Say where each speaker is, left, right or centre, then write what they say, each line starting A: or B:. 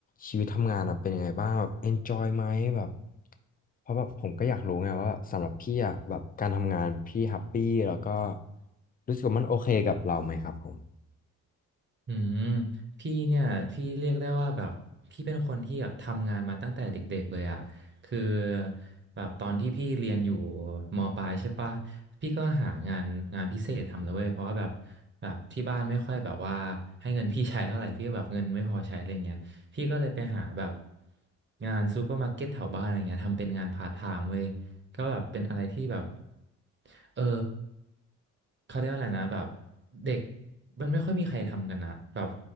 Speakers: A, on the left; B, on the right.
A: ชีวิตทำงานอ่ะเป็นยังไงบ้างแบบ enjoy ไหมแบบเพราะแบบผมก็อยากรู้ไงว่าสำหรับพี่อ่ะแบบการทำงานพี่แฮปปี้แล้วก็รู้สึกว่ามันโอเคกับเราไหมครับผม
B: อืมพี่เนี่ยพี่เรียกได้ว่าแบบพี่เป็นคนที่แบบทำงานมาตั้งแต่เด็กๆเลยอะคือแบบตอนที่พี่เรียนอยู่มปลายใช่ปะพี่ก็หางานงานพิเศษทำเลยเว้ยเพราะว่าแบบแบบที่บ้านไม่ค่อยแบบว่าให้เงินพี่ใช้เท่าไหร่พี่ก็แบบเงินไม่พอใช้อะไรเงี้ยพี่ก็เลยไปหาแบบงานซูเปอร์มาร์เก็ตแถวบ้านอะไรเงี้ยทำเป็นงานพาร์ทไทม์เว้ย ก็แบบเป็นอะไรที่แบบ เออ เขาเรียกว่าอะไรนะแบบเด็กมันไม่ค่อยมีใครทำกันนะแบบ